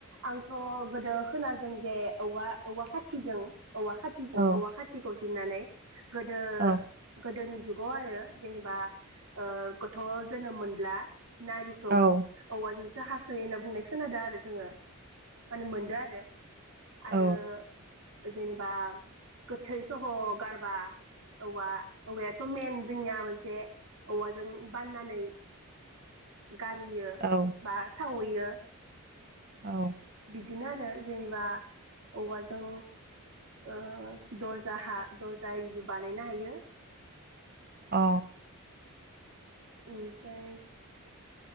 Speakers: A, on the right (about 75°); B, on the right (about 45°).
A: आंथ' गोदो खादों जे औवा औवा खाथिजों औवा खााथिजों
B: औ
A: औवा खााथिखौ जिन्नानै गोदो
B: औ
A: गोदोनि जुगाव आरो जेनेबा ओ गथ' जोनोम मोनब्ला नारिखौ
B: औ
A: औवाजों सो हासयो होनना बुंनाय खोनादों आरो जोङो। माने मोनदों आरो। आरो
B: अ औ
A: जेनेबा गोथै सह गारबा औवा औवायाथ' मेन जोंनिया मोनसे औवाजों बाननानै <unintelligible> गारियो
B: औ
A: बा सावैयो।
B: औ
A: बिदिनो आरो जेनेबा औवाजों ओ दर्जा हा दरजा एरिबो बानायनो हायो।
B: अ
A: ओमफ्राय